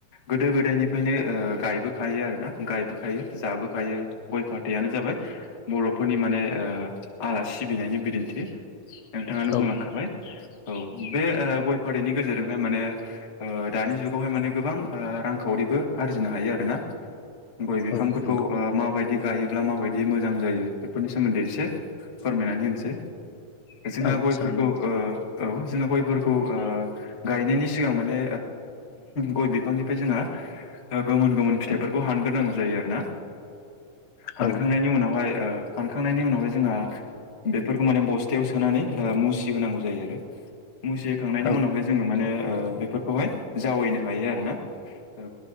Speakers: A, on the left; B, on the left.
A: गोदो गोदायनिफ्रायनो गायबोखायो आरोना गायबोखायो जाबोखायो। गय फाथैयानो जाबाय बर'फोरनि माने आलासि सिबिनायनि बिदिन्थि। नोंथाङानो बुंलांखाबाय
B: औ
A: औ बे गय। हाफारिनि गेजेरजोंहाय माने दानि जुगावहाय माने गोबां रांखावरिबो आरजिनो हायो आरोना। गय बिफांफोरखौ
B: औ नंगौ
A: ओ माबायदि गायोब्ला माबायदि मोजां जायो बेफोरनि सोमोन्दै एसे फोरमायनानै होनोसै। जोंहा
B: औ
A: गयफोरखौ
B: जागोन दे नोंथां
A: ओ औ जोंहा गयफोरखौ ओ गायनायनि सिगां माने गय बिफांनिफ्राय जोंहा गुबुन गुबुन फिथाइफोरखौ हानग्रोनांगौ जायो आरोना हानखांनायनि
B: औ
A: उनावहाय ओ हानखांनायनि उनावहाय जोंहा बेफोरखौ माने बस्थायाव सोनानै ओ मुसि होनांगौ जायो आरो। मुसि होखांनायनि
B: औ
A: उनावहाय जोङो माने ओ बेफोरखौहाय जावैनो हायो आरोना औ